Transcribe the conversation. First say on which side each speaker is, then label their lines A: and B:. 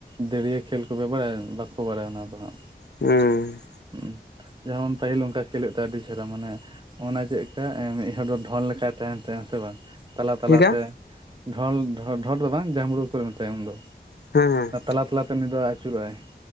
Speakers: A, on the right; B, on the left.
A: ᱫᱟᱹᱨᱭᱟ. ᱠᱷᱮᱞ ᱠᱚᱯᱮ ᱵᱟᱲᱟᱭᱟ ᱵᱟᱠᱚ ᱵᱟᱲᱟᱭᱟ ᱚᱱᱟ ᱫᱚ ᱦᱟᱸᱜ᱾
B: ᱦᱩᱸ,
A: ᱦᱩᱸ ᱡᱮᱢᱚᱱ ᱯᱟᱹᱦᱤᱞ ᱚᱱᱠᱟ ᱠᱷᱮᱞᱜ ᱛᱮ ᱟᱹᱰᱤ ᱪᱮᱦᱨᱟ ᱢᱟᱱᱮ ᱚᱱᱟ ᱪᱮᱜᱠᱟ ᱢᱤᱜᱦᱚᱲ ᱫᱚ ᱰᱷᱚᱞ ᱞᱮᱠᱟᱭ ᱛᱟᱦᱮᱸᱱ ᱛᱟᱦ ᱥᱮ ᱵᱟᱝ, ᱛᱟᱞᱟ ᱛᱟᱞᱟᱛᱮ
B: ᱪᱮᱫᱠᱟ
A: ᱰᱷᱚᱞ ᱰᱷᱚᱞ ᱫᱚ ᱵᱟᱝ ᱡᱟᱢᱲᱩ ᱠᱚ ᱢᱮᱛᱟᱭᱟ ᱩᱱᱫᱚ᱾
B: ᱦᱮᱸ ᱦᱮᱸ,
A: ᱛᱟᱞᱟ ᱛᱟᱞᱟᱛᱮ ᱩᱱᱤ ᱫᱚ ᱟᱹᱪᱩᱨᱚᱜᱟᱭ